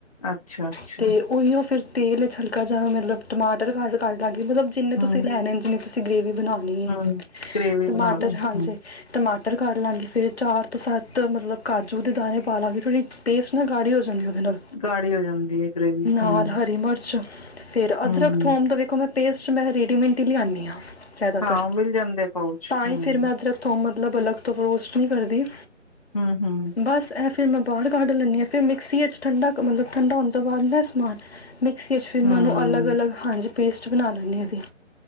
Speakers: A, on the left; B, on the left.
A: ਅੱਛਾ-ਅੱਛਾ।
B: ਅਤੇ ਉਹੀ ਉਹ ਫਿਰ ਤੇਲ ਚ ਹਲਕਾ ਜਾ ਮਤਲਬ, ਟਮਾਟਰ ਕੱਟ <unintelligible> ਮਤਲਬ, ਜਿੰਨੇ ਤੁਸੀਂ
A: ਹੂੰ,
B: ਲੈਣੇ ਨੇ। ਜਿੰਨੇ, ਤੁਸੀਂ ਗ੍ਰੇਵੀ ਬਣਾਉਣੇ ਓ।
A: ਹੂੰ ਗ੍ਰੇਵੀ
B: ਟਮਾਟਰ
A: ਬਣਾ ਲੋ
B: ਹਾਂਜੀ,
A: ਹੂੰ
B: ਟਮਾਟਰ ਟਰ ਕਰ ਲਾਂਗੇ, ਫਿਰ ਚਾਰ ਤੋਂ ਸੱਤ, ਮਤਲਬ ਕਾਜੂ ਦੇ ਦਾਣੇ ਪਾ ਲਾਂਗੇ, ਥੋੜੀ ਟੇਸਟ ਗਾੜੀਆਂ। ਉਹਦੇ ਨਾਲ-
A: ਗਾੜੀ ਹੋ ਜਾਂਦੀ ਹੈ ਗ੍ਰੇਵੀ
B: ਨਾਲ
A: ਹੂੰ।
B: ਹਰੀ ਮਿਰਚ ਫੇਰ ਅਦਰਕ,
A: ਹੂੰ
B: ਥੋਮ ਦਾ ਵੇਖੋ ਮੈਂ ਪੇਸਟ ਮੈਂ ਰੇਡੀਮੇਟ ਹੀ ਲਿਆਨੀ ਹਾਂ। ਜ਼ਿਆਦਾਤਰ
A: ਹਾਂ ਉਹ ਮਿਲ ਜਾਂਦੇ ਪਾਊਚ
B: ਤਾਂ,
A: ਹੂੰ,
B: ਹੀ ਫਿਰ ਮੈਂ ਅਦਰਕ, ਥੋਮ ਮਤਲਬ, ਅਲੱਗ ਤੋਂ ਫਰੋਸਟ ਨਹੀਂ ਕਰਦੀ।
A: ਹੂੰ, ਹੂੰ।
B: ਬਸ ਐਫ। ਫਿਰ ਮੈਂ ਬਾਹਰ ਕੱਢ ਲੈਂਨੀ ਹਾਂ। ਫਿਰ ਮਿਕਸੀ ਵਿੱਚਚ ਠੰਡਾ, ਮਤਲਬ ਠੰਡਾ ਹੋਣ ਤੋਂ, ਬਾਅਦ ਸਮਾਨ ਮਿਕਸੀ 'ਚ ਵੀ
A: ਹੂੰ
B: ਮੈਨੂੰ ਅਲੱਗ- ਅਲੱਗ ਹਾਂਜੀ। ਪੇਸਟ ਬਣਾ ਲੈਂਦੀ ਉਹਦੀ।